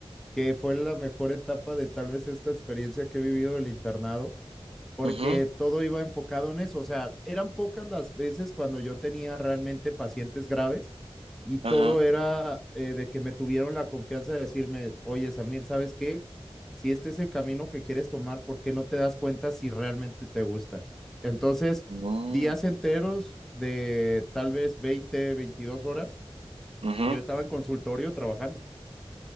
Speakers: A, in the centre; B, on the right (about 65°).
A: que fue la mejor etapa de tal vez esta experiencia que he vivido del internado, porque
B: Ujú,
A: todo iba enfocado en eso. O sea, eran pocas las veces cuando yo tenía realmente pacientes graves y
B: ajá.
A: todo era eh, de que me tuvieron la confianza de decirme, oye, Samir, ¿sabes qué? Si este es el camino que quieres tomar, ¿por qué no te das cuenta si realmente te gusta? Entonces,
B: Mm,
A: días enteros de tal vez 20 22 horas,
B: ujú.
A: yo estaba en consultorio trabajando.